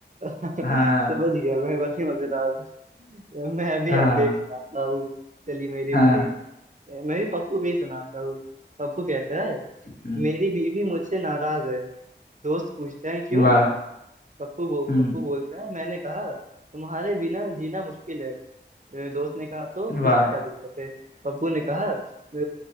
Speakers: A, on the right (about 45°); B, on the left (about 50°).
A: समझ
B: हाँ
A: गया मैं बड़ी मजेदार था। मैं अभी
B: हाँ
A: आपको एक सुनाता हूँ चलिए मेरी
B: हाँ
A: बारी मैं भी पप्पू पे ही सुनाता हूँ पप्पू कहता है
B: हम्म,
A: मेरी बीवी मुझसे नाराज है दोस्त पूछते हैं क्यों
B: वाह
A: पप्पू बो,
B: हम्म,
A: पप्पू बोलता है मैंने कहा तुम्हारे बिना जीना मुश्किल है अ, दोस्त ने कहा तो कि
B: वाह
A: इसमें क्या दिक्कत है पप्पू ने कहा "अ,